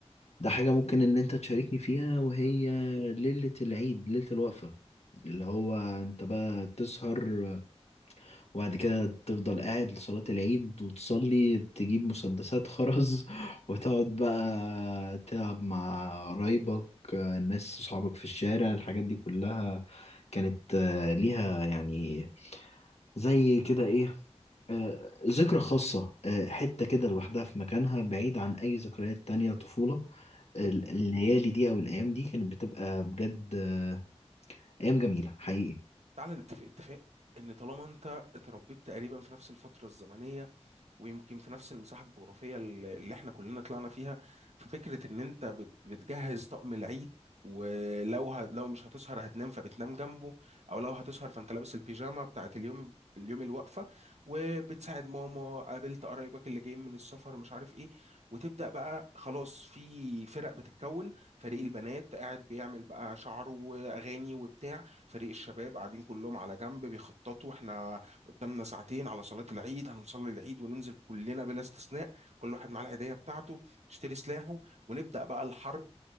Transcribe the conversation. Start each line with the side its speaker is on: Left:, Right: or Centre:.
Left: ده حاجة ممكن إن أنت تشاركني فيها وهي
Right: م-
Left: ليلة العيد ليلة الوقفة اللي هو أنت بقى تسهر وبعد كده تفضل قاعد لصلاة العيد وتصلي تجيب مسدسات خرز <laughs> وتقعد بقى تلعب مع قرايبك الناس صحابك في الشارع الحاجات دي كلها كانت آه، ليها يعني زي كده إيه آه، ذكرى خاصة آه، حتة كده لوحدها في مكانها بعيد عن أي ذكريات تانية طفولة
Right: م.
Left: ال- الليالي دي او الايام دي كانت بتبقى بجد آه، ايام جميله حقيقي
Right: تعالى نتفق اتفاق ان طالما انت اتربيت تقريبا في نفس الفتره الزمنيه ويمكن في نفس المساحة الجغرافية اللي اللي احنا كلنا طلعنا فيها ففكرة ان انت بت- بتجهز طقم العيد ولو ه... لو مش هتسهر هتنام فبتنام جنبه او لو هتسهر فانت لابس البيجامة بتاعت اليوم اليوم الوقفة وبتساعد ماما قابلت قرايبك اللي جايين من السفر مش عارف ايه وتبدأ بقى خلاص في فرق بتتكون فريق البنات قاعد بيعمل بقى شعره واغاني وبتاع فريق الشباب قاعدين كلهم على جنب بيخططوا احنا قدامنا ساعتين على صلاة العيد هنصلي العيد وننزل كلنا بلا استثناء كل واحد معاه العيدية بتاعته يشتري سلاحه ونبدأ بقى الحرب